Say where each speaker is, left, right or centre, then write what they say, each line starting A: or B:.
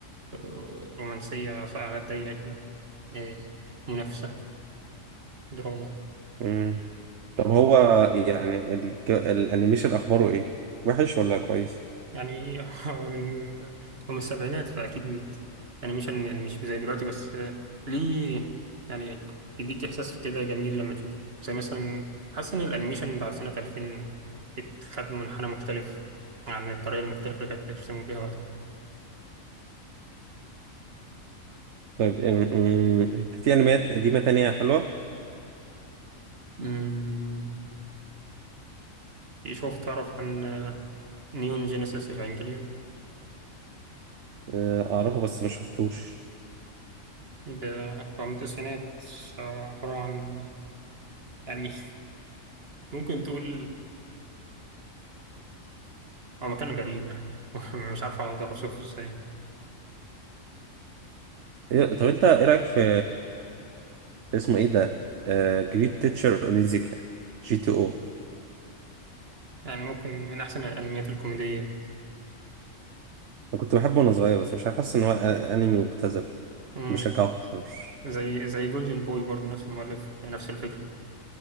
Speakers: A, on the right; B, on the right.
A: آه، رومانسية ساعات ضيقة كده آه، منافسة دراما
B: امم طب هو يعني ال... الانيميشن اخباره ايه؟ وحش ولا كويس؟
A: يعني <laughs> هو من هو من السبعينات فأكيد أنيميشن يعني مش زي دلوقتي بس آه، ليه يعني يديك إحساس كده جميل لما تشوفه زي مثلا حاسس إن الأنيميشن بعد سنة 2000 اتخذ منحنى مختلف عن الطريقة المختلفة اللي كانت بيرسموا بيها وقتها
B: طيب أم- أم، انت في انميات قديمة تانية حلوة
A: أمم، في شوف تعرف عن آه، نيون جينيسيس إيفانجيليون
B: آه، اعرفها بس ما شفتوش
A: ده هو من التسعينات هو عبارة عن يعني <laughs> ممكن تقول هو مكان غريب يعني <laughs> مش عارف أقدر أوصفه إزاي
B: إيه- طب انت ايه رأيك في اسمه ايه ده جريت تيتشر اونيزيكا جي تي او
A: يعني ممكن من أحسن الأنميات الكوميدية
B: انا كنت بحبه وانا صغير بس مش عارف حاسس ان هو أ- انمي مبتذل
A: امم
B: بيشجع التحرش
A: زي زي جولدن بوي برضه نفس المؤلف نفس الفكرة